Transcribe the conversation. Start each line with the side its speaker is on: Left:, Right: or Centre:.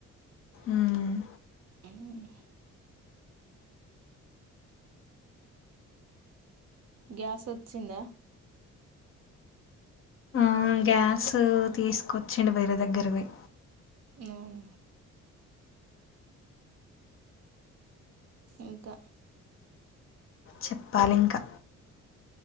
Left: మ్మ్
Right: ఉమ్ గ్యాస్ వచ్చిందా
Left: ఆ గ్యాస్ తీసుకొచ్చిండు వేరే దగ్గరకి పోయ్
Right: ఉమ్ ఇంకా
Left: చెప్పాలి ఇంకా